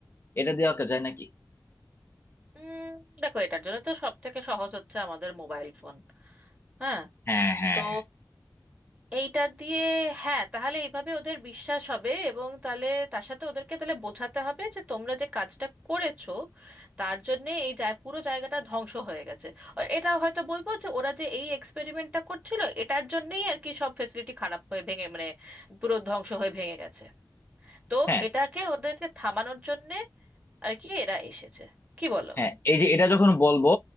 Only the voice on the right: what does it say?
উম, দেখো এটার জন্য তো সব থেকে সহজ হচ্ছে আমাদের মোবাইল ফোন হ্যাঁ
তো
এইটা দিয়ে হ্যাঁ তাহলে এইভাবে ওদের বিশ্বাস হবে এবং তাহলে তার সাথে ওদেরকে তাহলে বোঝাতে হবে যে তোমরা যে কাজটা করেছো তার জন্য এই যায় পুরো জায়গাটা ধ্বংস হয়ে গেছে আর এটা হয়তো বলবো যে ওরা যে এই এক্সপেরিমেন্টটা করছিল এটার জন্যই আর কি সব ফেসিলিটি খারাপ হয়ে ভেঙে মানে পুরো ধ্বংস হয়ে ভেঙে গেছে তো
এটাকে ওদেরকে থামানোর জন্যে আর কি এরা এসেছে কি বলো